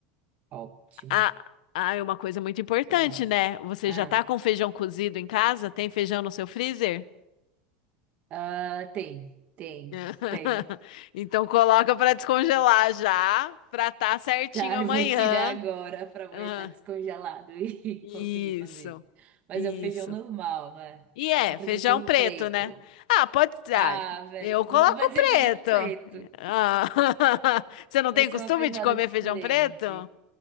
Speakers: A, on the right; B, on the left.
A: ótimo.
B: Ah, ah, é uma coisa muito importante,
A: Que mais?
B: né? Você
A: Ah,
B: já tá com feijão cozido em casa? Tem feijão no seu freezer?
A: ah, tem, tem,
B: <laughs>
A: tem. <laughs>
B: Então coloca pra descongelar já, pra tá certinho
A: Tá,
B: amanhã.
A: eu vou tirar agora pra amanhã
B: Aham.
A: estar descongelado <laughs> e
B: Isso,
A: conseguir fazer. Mas
B: isso.
A: é o feijão normal, né?
B: E é,
A: Não precisa
B: feijão
A: ser o
B: preto,
A: preto.
B: né? Ah, pode.
A: Ah,
B: Ah,
A: velho,
B: eu coloco
A: não vai
B: preto.
A: ser feijão preto.
B: Ah, <laughs> Você não
A: Vai
B: tem
A: ser
B: costume
A: uma feijoada
B: de comer
A: diferente.
B: feijão preto?